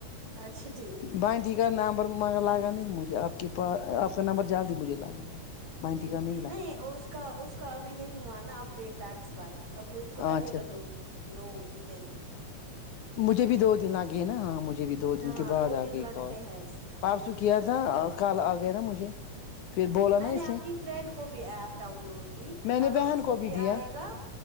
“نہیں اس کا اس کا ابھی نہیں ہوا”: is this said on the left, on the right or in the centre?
Right